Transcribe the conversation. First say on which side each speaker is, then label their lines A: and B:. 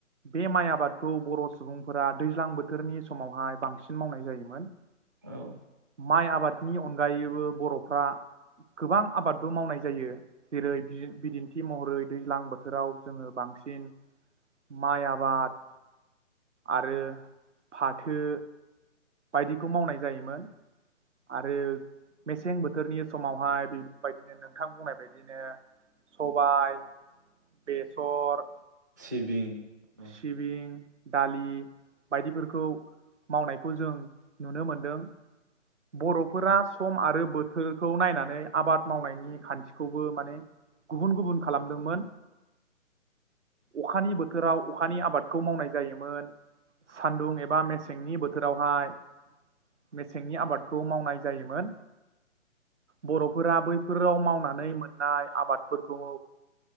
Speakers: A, on the right; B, on the right.
A: बे माइया आबादखौ बर' सुबुंफोरा दैज्लां बोथोरनि समावहाय बांसिन मावनाय जायोमोन
B: औ
A: माइ आबादनि अनगायैबो बर'फ्रा गोबां आबादबो मावनाय जायो जेरै बिदिन्थि महरै दैज्लां बोथोराव जोङो बांसिन माइ आबाद आरो फाथो बायदिखौ मावनाय जायोमोन आरो मेसें मेसें बोथोरनि समावहाय बेबायदिनो नोंथां बुंनाय बदिनो सबाय बेसर
B: सिबिं औ
A: सिबिं दालि बायदिफोरखौ मावनायखौ जों नुनो मोनदों बर'फोरा सम आरो बोथोरखौ नायनानै आबाद मावनायनि खान्थिखौबो माने गुबुन गुबुन खालामदोंमोन अखानि बोथोराव अखानि आबादखौ मावनाय जायोमोन सानदुं एबा मेसेंनि बोथोरावहाय मेसेंनि आबाद खौ मावनाय जायोमोन बर'फोरा बैफोराव मावनानै मोननाय आबादफोरखौ